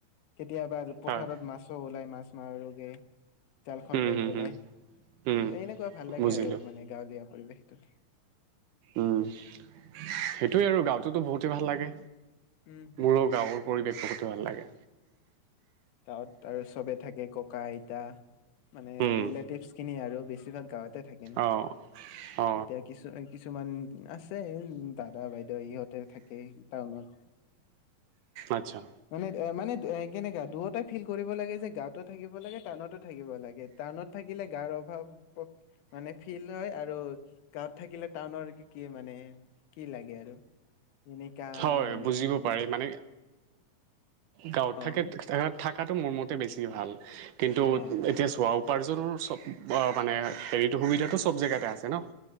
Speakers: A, on the left (about 85°); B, on the right (about 70°).
A: কেতিয়াবা পথাৰত
B: হয়
A: মাছো ওলাই মাছ আস্মাৰ ৰোগে জাল খ
B: উম
A: লৈ
B: হম
A: পেলাই
B: হম উম
A: এনেকুৱা ভাল লাগে
B: বুজিলো
A: আৰু মানে পৰিৱেশটো
B: উম সেইটো সেইয়ে আৰু গাঁৱতোতো বহুতেই ভাল লাগে
A: উম হম
B: মোৰৰ গাঁৱৰ পৰিৱেশ বহুতো ভাল লাগে
A: গাঁৱত আৰু চবে থাকে ককা আইতা মানে
B: উম
A: ৰিলেটিভচ খিনি আৰু বেছিভাগ গাঁৱতে থাকে ন
B: অ অ
A: এতিয়া কিছু কিছুমান আছে দাদা বাইদেউ ইহঁতে থাকে টাউনত।
B: আচ্ছা।
A: মানে মানে কেনেকা দুয়োটাই ফিল কৰিব লাগে যে গাঁৱতো থাকিব লাগ টাউনতো থাকিব লাগে টাউনত থাকিলে গাঁৱৰ অভাৱ মানে ফিল হয় আৰু গাঁৱত থাকিলে টাউনৰ কি মানে কি লাগে। আৰু এনেকা
B: হয়
A: মানে
B: বুজিব
A: কি
B: পাৰি মানে গাঁৱত
A: অ
B: থাকে, থাকাটো মোৰ মত বেছি ভাল। কিন্তু,
A: অ
B: এতিয়া চোৱা উপাৰ্জনৰ চব মানে, হেৰিতটো সুবিধাটো চব জেগাতে আছে ন'।